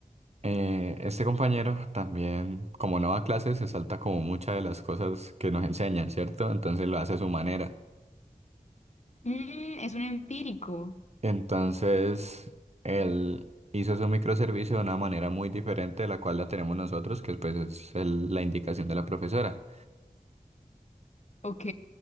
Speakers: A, on the right; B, on the left.
A: Eh, este compañero también, como no va a clases, se salta como muchas de las cosas que nos enseñan, ¿cierto? Entonces lo hace a su manera.
B: Mm, es un empírico,
A: Entonces, él hizo su microservicio de una manera muy diferente de la cual la tenemos nosotros, que pues es el- la indicación de la profesora.
B: ok.